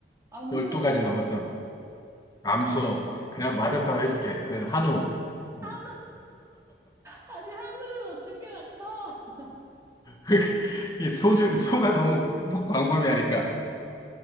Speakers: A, on the right; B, on the left.
A: 암소.
B: 12가지 남았어. 암소. 그냥 맞았다고 해줄게. 그, 한우. 음.
A: 한우 아니 한우를 어떻게 맞춰? <laughs>
B: <laughs> 이 소주, 소가 너무 광범위하니까.